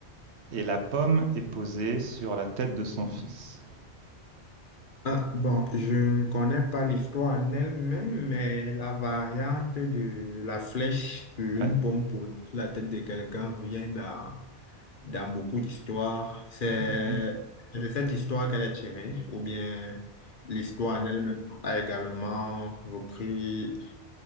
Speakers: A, on the right (about 75°); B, on the left (about 50°).
A: et la pomme est posée sur la tête de son fils.
B: Ah, bon, je ne connais pas l'histoire en elle-même, mais la variante de la flèche sur une
A: Ouais.
B: bombe posée sur la tête de quelqu'un revient dans, dans beaucoup d'histoires. C'est
A: Ah, oui.
B: c'est de cette histoire qu'elle est tirée, ou bien l'histoire en elle-même a également repris